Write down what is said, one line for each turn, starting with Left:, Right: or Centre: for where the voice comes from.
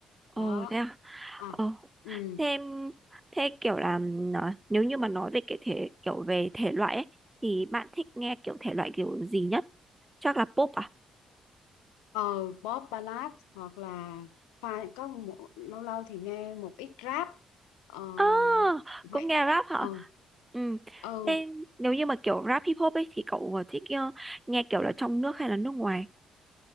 Right: Ồ
Left: đó
Right: thế à?
Left: à
Right: Ờ
Left: ừ
Right: thế thế kiểu là nó- nếu như mà nói về cái thể kiểu về thể loại ấy thì bạn thích nghe kiểu thể loại kiểu gì nhất? Chắc là pop à?
Left: ờ pop ballad hoặc là pha- có một, lâu lâu thì nghe một ít rap ờ
Right: À,
Left: vậy
Right: cũng nghe rap hả?
Left: ờ
Right: Ừ.
Left: ừ
Right: Thế nếu như mà kiểu rap hip hop ấy thì cậu thích ờ, nghe kiểu là trong nước hay là nước ngoài?